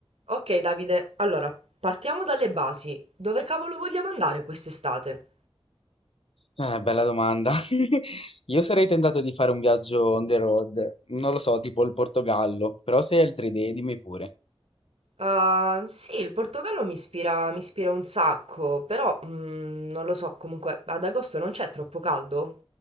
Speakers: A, on the right; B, on the left.
A: Ok Davide, allora partiamo dalle basi. Dove cavolo vogliamo andare quest'estate?
B: Eh, bella domanda. <laughs> Io sarei tentato di fare un viaggio on the road, non lo so, tipo il Portogallo, però se hai altre idee dimmi pure.
A: Ah, sì, il Portogallo mi ispira, mi ispira un sacco, però mm, non lo so, comunque ad agosto non c'è troppo caldo?